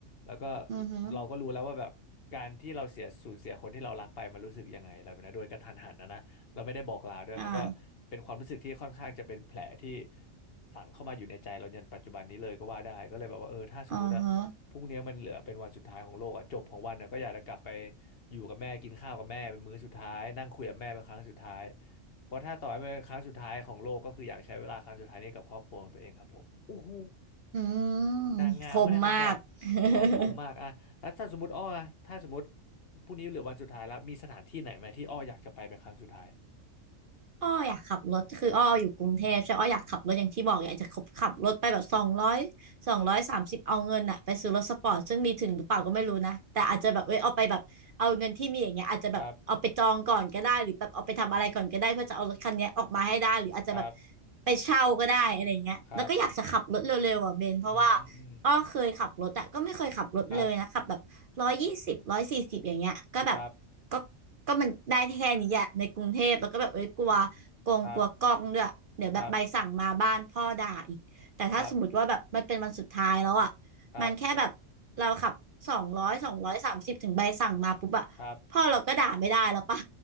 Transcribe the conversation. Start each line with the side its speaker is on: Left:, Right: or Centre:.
Left: แล้วก็
Right: อือฮึ
Left: เราก็รู้แล้วว่าแบบการที่เราเสียสูญเสียคนที่เรารักไปมันรู้สึกยังไงอะไรแบบนั้นโดยกระทันหันนะนะ เราไม่ได้บอกลาด้วย
Right: อ่า
Left: มันก็เป็นความรู้สึกที่ค่อนข้างจะเป็นแผลที่ฝังเข้ามาอยู่ในใจเรายันปัจจุบันนี้เลยก็ว่าได้ก็เลยแบบว่าเออถ้าสมมติอะพรุ่งนี้มันเหลือเป็นวันสุดท้ายของโลกอะจบของวันอะก็อยากจะกลับไป
Right: อ๋อฮะ
Left: อยู่กับแม่กินข้าวกับแม่เป็นมื้อสุดท้ายนั่งคุยกับแม่เป็นครั้งสุดท้ายเพราะถ้าต่อให้เป็นครั้งสุดท้ายของโลกก็คืออยากใช้เวลาครั้งสุดท้ายนี้กับครอบครัวของตัวเองครับผมโอ้โห
Right: อืม
Left: นางงามวะเนี่ยคำตอบคคมมากอะแล้วถ้าสมมติอ้ออะถ้าสมมติ
Right: คมมาก <laughs>
Left: พรุ่งนี้เหลือวันสุดท้ายแล้วมีสถานที่ไหนไหมที่อ้ออยากจะไปเป็นครั้งสุดท้าย
Right: อ้ออยากขับรถคืออ้ออยู่กรุงเทพใช่อ้ออยากขับรถอย่างที่บอกอยากจะขับขับรถไปแบบสองร้อย
Left: อืม
Right: สองร้อยสามสิบเอาเงินอะไปซื้อรถสปอร์ตซึ่งมีถึงหรือเปล่าก็ไม่รู้นะแต่อาจจะแบบเอ้ยเอาไปแบบเอาเงินที่มีอย่างเงี้ยอาจจะแบบเอาไปจองก่อนก็ได้หรือแบบเอาไปทำอะไรก่อนก็ได้เพื่อจะเอารถคันเนี้ยออกมาให้ได้หรืออาจจะแบบ
Left: ครับครับ
Right: ไปเช่าก็ได้อะไรเงี้ยแล้วก็อยากจะขับรถเร็วๆอ่ะเบนเพราะว่า
Left: ครับอืมอืมอืม
Right: อ้อเคยขับรถอะก็ไม่เคยขับรถเลยนะขับแบบร้อยยี่สิบร้อยสี่สิบอย่างเงี้ยก็แบบ
Left: ครับครับ
Right: ก็ก็มันได้แค่นี้อะในกรุงเทพแล้วก็แบบเอ้ยกลัวโกงกลัวกล้องด้วยเดี๋ยวแบบใบสั่งมาบ้านพ่อด่าอีกแต่ถ้าสมมติว่าแบบมันเป็นวันสุดท้ายแล้วอะ
Left: ครับครับครับครับ
Right: มันแค่แบบเราขับสองร้อยสองร้อยสามสิบถึงใบสั่งมาปุ๊บอะพ่อเราก็ด่าไม่ได้แล้วป่ะ
Left: ครับ